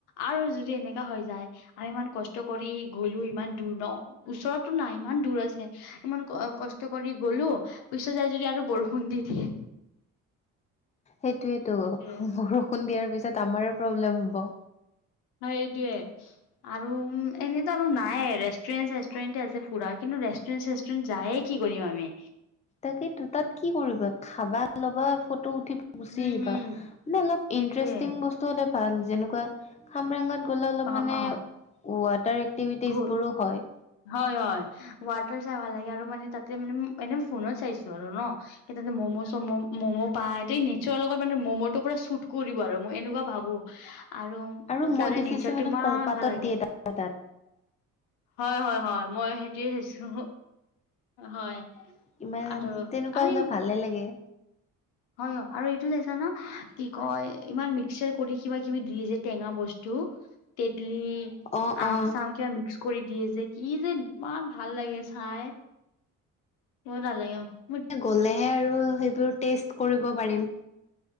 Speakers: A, on the left; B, on the left.
A: আৰু যদি এনেকা হৈ যায়। আমি ইমান কষ্ট কৰি গলো ইমান দূৰ ন, ওচৰতো নাই ইমান দূৰ আছে। ইমান কষ্ট কৰি গ'লো পিছত যাই যদি আৰু বৰষুণ দি দিয়ে।
B: সেইটোৱেটো বৰষুণ
A: এইটোৱে
B: দিয়াৰ পিছত আমাৰ প্ৰব্লেম হ'ব।
A: হয় সেইটোৱে। আৰু এনেতো আৰু নাই ৱে ৰেষ্টুৰেণ্ট চেষ্টুৰেণ্টে আছে ফুৰা কিন্তু ৰেষ্টুৰেণ্ট চেষ্টুৰেণ্ট যায় কি কৰিম আমি?
B: তাকেই তো তাত কি কৰিবা খাবা, ল'বা, ফটো উঠিবা গুচি
A: উম
B: আহিবা
A: হম
B: মানে অলপ
A: সেইটোৱে
B: ইণ্টাৰেষ্টিং বস্তু হ'লে ভাল যেনেকুৱা খামৰেঙত গ'লে অলপ
A: অ
B: মানে
A: অ
B: ৱাটাৰ এক্টিভিটিজ
A: ঘূ
B: বোৰো হয়।
A: হয় হয় ৱাটাৰ চাই ভাল লাগে আৰু মানে তাতে মানে এনে ফোনত চাইছো আৰু ন সেই তাতে ম'ম' চম ম'ম' পায় ত নেচাৰ লগত মানে ম'ম'টো পুৰা শুট কৰিব আৰু মই এনেকুৱা ভাবো। আৰু
B: আৰু
A: তাৰে
B: মই দেখিছোঁ
A: নেচাৰটো
B: মানে,
A: ইমান
B: কলপাতত
A: ভাল লাগে
B: দিয়ে তাত।
A: হয় হয়, হয়। মই সেইটোৱে চাইছোঁ, হয়।
B: ইমান,
A: আৰু
B: তেনেকুৱা
A: আৰু
B: হ'লে ভালে লাগে।
A: হয় হয়, আৰু এইটো চাইছা ন', কি কয়, ইমান মিক্সাৰ কৰি, কিবা কিবি দিয়ে যে টেঙা বস্তু। তেতেলী
B: অ', অ',
A: আম চাম কিবা মিক্স কৰি দিয়ে যে, কি যে ইমান ভাল লাগে চাই। নালাগেই আৰু।
B: গ'লেহে আৰু সেইবোৰ টেষ্ট কৰিব পাৰিম।